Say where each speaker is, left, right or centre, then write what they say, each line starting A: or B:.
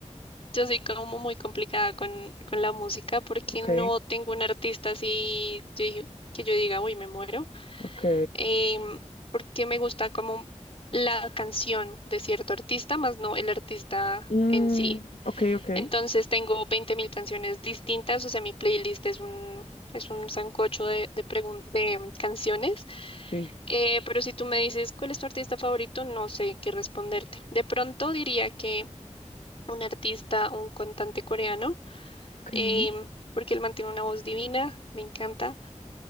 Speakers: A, on the left; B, on the left.
A: <laughs> yo soy como muy complicada con, con la música porque
B: Ok,
A: no tengo un artista así yo dije- que yo diga, uy, me muero.
B: ok.
A: Em, porque me gusta como la canción de cierto artista, más no el artista
B: Mm,
A: en sí.
B: ok, ok.
A: Entonces tengo 20.000 canciones distintas, o sea, mi playlist es un, es un sancocho de, de pregun- de, em, canciones
B: Sí.
A: Eh, pero si tú me dices cuál es tu artista favorito, no sé qué responderte. De pronto diría que un artista, un cantante coreano,
B: Ok.
A: em, porque él mantiene una voz divina, me encanta.